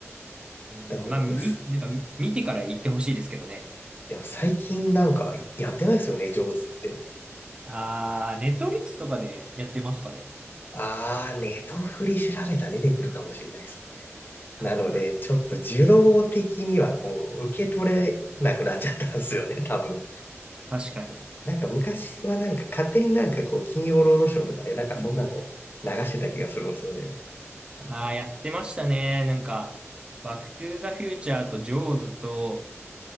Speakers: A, on the right; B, on the left.
A: うんまあ、
B: でもう、
A: み、
B: す
A: なんか見てから言ってほしいですけどね。
B: でも最近なんかやってないですよね、上手って。
A: あー、ネットフリックスとかでやってますかね。
B: あー、ネトフリ調べたら出てくるかもしれないですね。
A: 多分、
B: なので、ちょっと受動的にはこう、受け取れなくなっちゃったんですよね、多分。
A: 確かに。
B: なんか昔はなんか勝手になんかこう、金曜ロードショーとかでなんかそんなの流してた気がするんですよね。
A: ああ、やってましたね。なんか、バックトゥーザフューチャーとジョーズと、